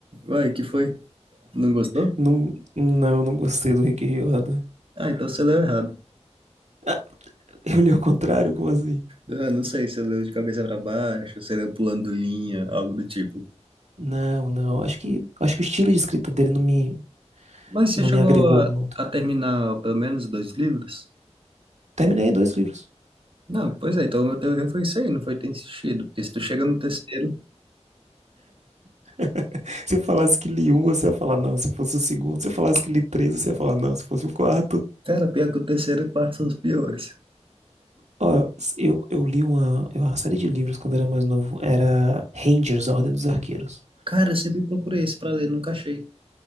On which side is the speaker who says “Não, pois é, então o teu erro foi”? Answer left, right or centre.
Right